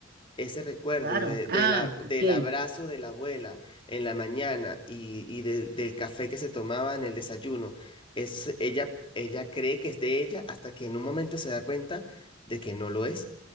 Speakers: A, on the left (about 25°); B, on the right (about 50°).
A: ese recuerdo
B: Claro.
A: de, de
B: Ah,
A: la, del
B: ok.
A: abrazo de la abuela en la mañana y, y del del café que se tomaba en el desayuno, es, ella, ella cree que es de ella hasta que en un momento se da cuenta de que no lo es,